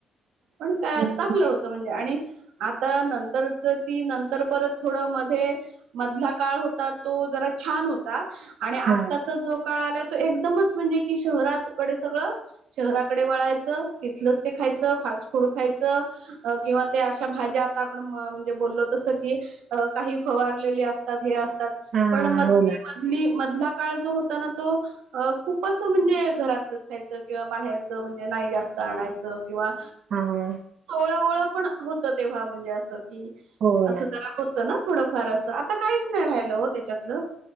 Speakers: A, on the right (about 85°); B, on the right (about 60°).
A: पण का
B: हम्म,
A: चांगलं होतं म्हणजे आणि आता नंतरच ती नंतर परत थोडं मध्ये मधला काळ होता तो जरा छान होता आणि आताचा
B: हा
A: जो काळा आला तो एकदमच म्हणजे कि शहरातकडे सगळं शहराकडे वळायचं तिथलंच ते खायचं फास्ट फूड खायचं अ किंवा त्या अशा भाज्या आता आपण म्हणजे बोललो तसं की अ काही फवारलेली असतात हे असतात
B: हा
A: पण म मधली
B: हो ना
A: मधला काळ जो होता ना तो अ खूप असं म्हणजे घरातलंच खायचं किंवा बाहेरचं म्हणजे नाही जास्त आणायचं किंवा
B: हा.
A: जवळ पण होत तेव्हा म्हणजे अस की
B: हो
A: असं
B: ना
A: जरा होत ना थोडंफार अस- आता काहीच नाही राहिलं हो त्याच्यातलं.